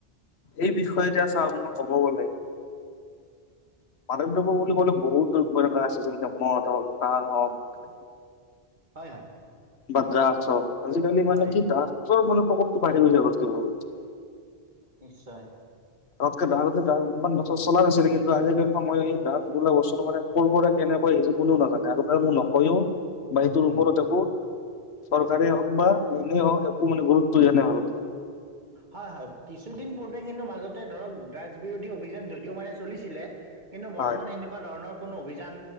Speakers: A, on the left (about 85°); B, on the right (about 45°).
A: এই বিষয়ে এতিয়া চাওক, আপোনাক কব গলে মাদক দ্ৰব্য বুলি কলে বহুত দ্ৰব্য তেনেকা আছে। যেনেকে মদ হওক, ভাং হওক।
B: হয়, হয়।
A: বা দ্ৰাগছ্ হ‌ওক। আজিকালি মানে
B: হয়
A: কি দ্ৰাগছৰ মানে প্ৰকপটো বাঢ়ি গৈছে আগতকে বহুত।
B: নিশ্চয়।
A: আগতকেতে দ্ৰাগ দ্ৰাগছ্ ইমান নচলা হৈছে নেকি, কিন্তু আজিকালি সময় এই দ্ৰাগছ বোলা বস্তুটো মানে কৰ পৰা কেনেকে নে কৈ সি যি কোনেও নাজানে, আৰু কাৰণ মোক নকয়ো। বা সেইটোৰ
B: উম
A: ওপৰত একো চৰকাৰে হওক বা আইনে হওক, একো মানে গুৰুত্ব দিয়া নাই ভাৰতে।
B: হয়, হয়। কিছুদিন পূৰ্বে কিন্তু মাজতে ধৰক ড্ৰাগছ বিৰোধী অভিযান যদিও মানে চলিছিলে কিন্তু বৰ্তমান
A: হয়
B: সেনেকুৱা ধৰণৰ কোনো অভিযান